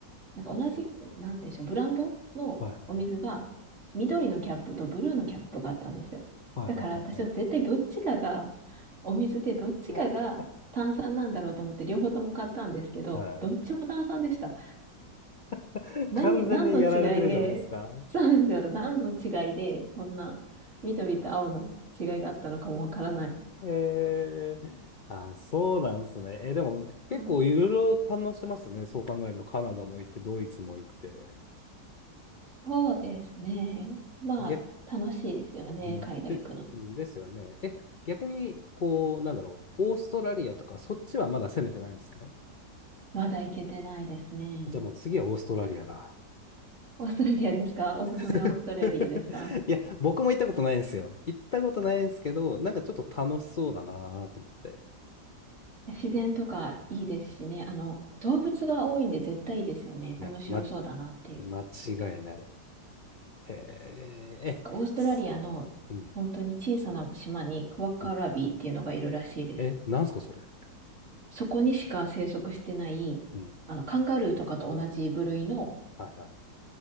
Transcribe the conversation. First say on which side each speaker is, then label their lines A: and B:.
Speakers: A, on the right; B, on the left.
A: なんか同じ、なんでしょう、ブランドのお水が緑のキャップとブルーのキャップがあったんですよ。
B: はいはいはい。はいは
A: だから私は絶対どっちかが、お水でどっちかが炭酸なんだろうと思って両方とも買ったんですけど、
B: いはいはい。はい。
A: どっちも炭酸でした。
B: <laughs>
A: 何、
B: 完全にやられてるじゃないですか。
A: 何の違いで、<laughs> そうですよ、何の違いで、そんな緑と青の違いがあったのかもわからない。
B: へえ、あ、そうなんですね。え、でも結構いろいろ堪能してますね。
A: うん
B: そう考えると、カナダも行って、ドイツも行って。
A: そうですね。まあ、
B: 逆、
A: 楽しいですよね、
B: うん、
A: 海外行くの。
B: で、ですよね。え、逆に、こう、なんだろう。オーストラリアとか、そっちはまだ攻めてないんですね。
A: まだ行けてないですね。
B: じゃあもう次はオーストラリアだ。
A: オーストラリアですかおすすめはオーストラリアですか
B: <laughs> いや、僕も行ったことないんですよ。行ったことないんですけど、なんかちょっと楽しそうだなと思って。
A: いや自然とかいいですしね。あの、動物が多いんで絶対いいですよね。
B: いや、
A: 面白そうだなっていう。
B: ま、間違いない。へえ、え、
A: オーストラリアの本当に小さな島にクワッカラビーっていうのがいるらしいです。
B: すうん、うん。え、なんすか、それ。
A: そこにしか生息してない、
B: うん。
A: あの、カンガルーとかと同じ部類の
B: はいは